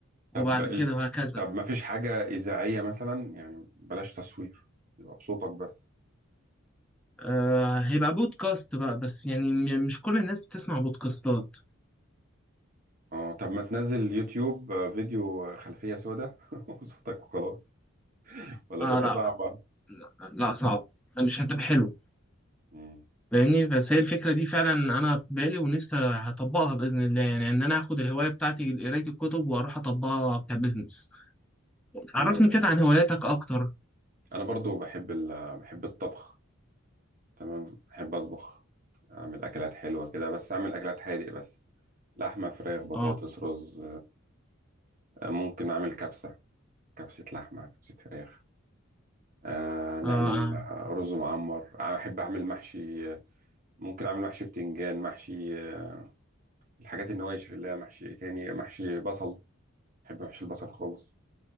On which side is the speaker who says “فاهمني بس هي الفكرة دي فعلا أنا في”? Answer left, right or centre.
Centre